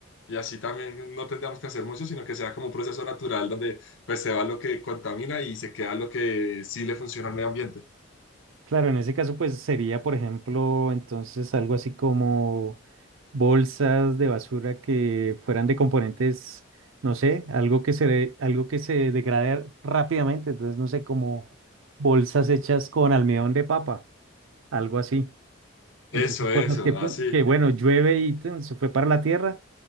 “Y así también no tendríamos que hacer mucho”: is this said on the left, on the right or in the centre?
Left